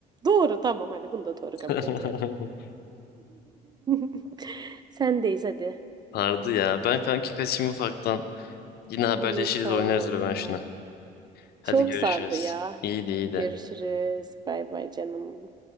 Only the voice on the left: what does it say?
<laughs>
Vardı ya, ben kanki kaçayım ufaktan. Yine haberleşiriz
oynarız ben
şunu. Hadi
görüşürüz.
İyiydi iyiydi.